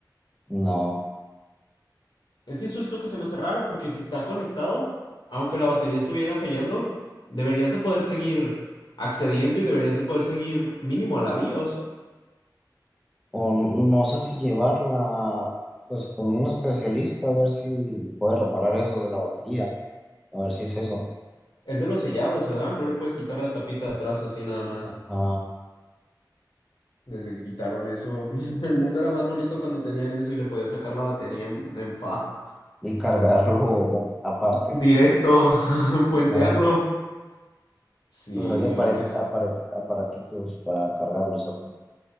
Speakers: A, in the centre; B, on the left.
A: no.
B: Es que eso es lo que se me hace raro, porque si está conectado, aunque la batería estuviera fallando, deberías de poder seguir accediendo y deberías de poder seguir mínimo a la BIOS.
A: O n- no sé si llevarla, pues con un especialista, a ver si puede reparar eso de la batería, a ver si es eso.
B: Es de los sellados, ¿se da? No le puedes quitar la tapita de atrás así nada más.
A: Ajá,
B: Desde que quitaron eso, <laughs> el mundo era más bonito cuando tenían eso y le podías sacar la batería en, en fa.
A: y cargarlo aparte.
B: Directo, <laughs> puentearlo.
A: Ajá,
B: Sí,
A: pues había apare-
B: o que es-
A: apare- aparatitos para cargarlos así.